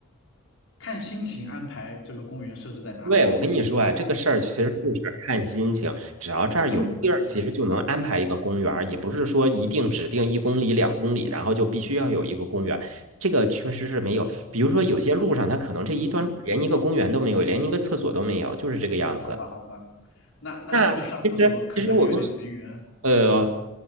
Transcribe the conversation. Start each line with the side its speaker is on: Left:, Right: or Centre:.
Left: 看心情安排这个公园设置在哪里吗？
Right: 对，我跟你说啊，这个事儿其实就是看心情，只要这儿有地儿，
Left: <laughs> 我天，
Right: 其实就能安排一个公园儿也不是说一定指定一公里、两公里，然后就必须要有一个公园。这个确实是没有，比如说有些路上，它可能这一段路连一个公园都没有，
Left: 嗯，
Right: 连一个厕所都没有，就是这个样子。
Left: 好吧，好吧，那那这个上厕所可能还有点随缘，
Right: 那其实，其实我跟你呃，